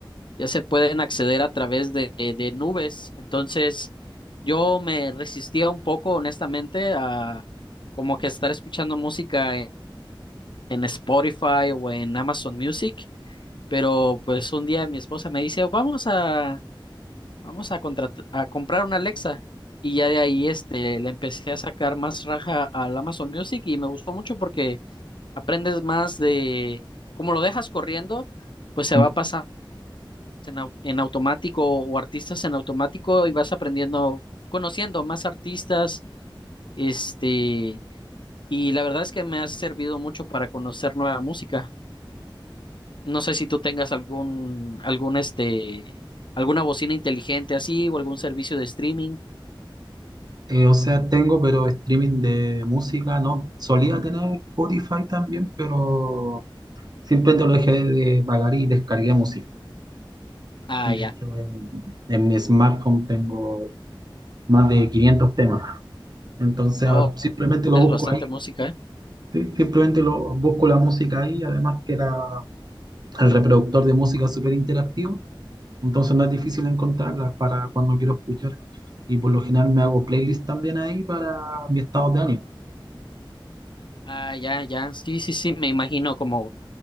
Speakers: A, on the left (about 65°); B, on the right (about 50°).
A: ya se pueden acceder a través de, de nubes. Entonces, yo me resistía un poco, honestamente, a como que estar escuchando música en, en Spotify o en Amazon Music, pero pues un día mi esposa me dice, vamos a, vamos a, contrat- a comprar una Alexa. Y ya de ahí este, le empecé a sacar más raja al Amazon Music y me gustó mucho porque aprendes más de, como lo dejas corriendo, pues se
B: mm,
A: va pasando en, au- en automático o artistas en automático y vas aprendiendo, conociendo más artistas, este, y la verdad es que me ha servido mucho para conocer nueva música. No sé si tú tengas algún, algún, este, alguna bocina inteligente así o algún servicio de streaming.
B: eh, o sea, tengo, pero streaming de música no. Solía tener Spotify también, pero simplemente lo dejé de pagar y descargué música.
A: Ah,
B: De
A: ya.
B: hecho, en, en mi smartphone tengo más de 500 temas. Entonces,
A: Oh,
B: ahora simplemente lo
A: es
B: busco
A: bastante música, ¿eh?
B: Sí, simplemente lo, busco la música ahí, además que la, el reproductor de música es súper interactivo, entonces no es difícil encontrarla para cuando quiero escuchar. Y por lo general me hago playlist también ahí para mi estado de ánimo.
A: Ah, ya, ya. Sí, sí, sí, me imagino como,